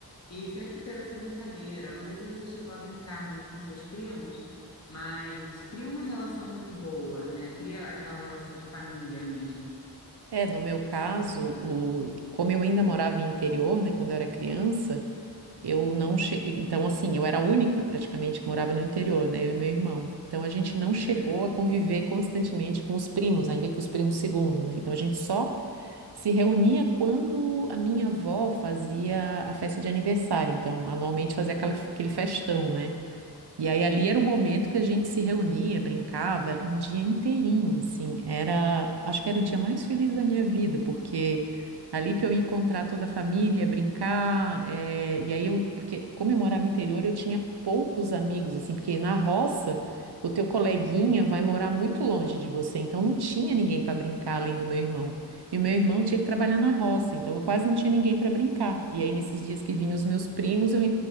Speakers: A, on the left; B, on the right.
A: E sempre teve essa brincadeira. Não sei se você chegou a brincar muito com seus primos, mas cria uma relação muito boa, né? Cria aquela relação de família mesmo.
B: É, no meu caso, o... como eu ainda morava em interior, né? Quando eu era criança. Eu não che... Então, assim, eu era a única praticamente que morava no interior, né? Eu e meu irmão. Então, a gente não chegou
A: Uhum.
B: a conviver constantemente com os primos, ainda que os primos segundo, né? Então, a gente só se reunia quando a minha avó fazia a festa de aniversário. Então, anualmente fazia aquela- aquele festão, né? E aí ali era o momento que a gente se reunia, brincava um dia inteirinho, assim, era, acho que era o dia mais feliz da minha vida, porque ali que eu ia encontrar toda a família, brincar, eh, e aí eu, porque como eu morava no interior, eu tinha poucos amigos, assim, porque na roça o teu coleguinha vai morar muito longe de você, então não tinha ninguém para brincar além do meu irmão. E o meu irmão tinha que trabalhar na roça, então eu quase não tinha ninguém para brincar. E aí nesses dias que vinham os meus primos, eu